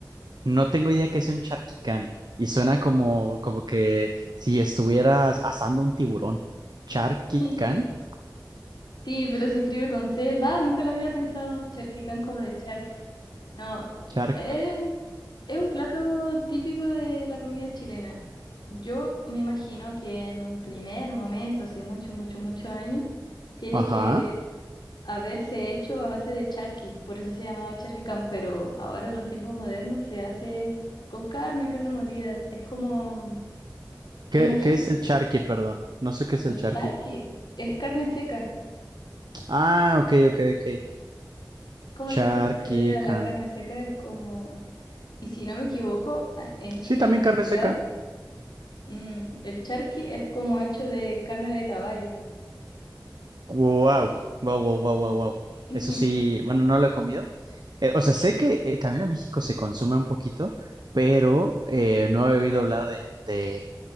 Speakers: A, on the right; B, on the left.
A: No tengo idea que sea un charquicán y suena como, como que si estuvieras asando un tiburón. ¿Charquicán?
B: <laughs> Sí, pero se escribe con C. Va, nunca lo había pensado. Charquicán como de charc. No,
A: Chark.
B: eh, es un plato típico de la comida chilena. Yo me imagino que en un primer momento, hace mucho, mucho, muchos años, tiene
A: Ajá.
B: que haberse hecho a base de charqui, por eso se llamaba charquicán, pero ahora en los tiempos modernos se hace con carne, carne molida. Es como,
A: ¿Qué,
B: imagínate,
A: qué es el charqui, perdón? No sé qué es el
B: el
A: charqui.
B: charqui es carne seca.
A: Ah, ok, ok, ok.
B: ¿Cómo
A: Charquicán.
B: le dicen ustedes a la carne seca? Es como, y si no me equivoco, a- en Chile
A: Sí, también
B: en particular,
A: carne seca.
B: mm, el charqui es como hecho de carne de caballo.
A: Wow, wow, wow, wow, wow, wow.
B: <laughs>
A: Eso sí, bueno, no lo he comido. Eh, o sea, sé que eh, también en México se consume un poquito, pero eh, no he oído hablar de, de,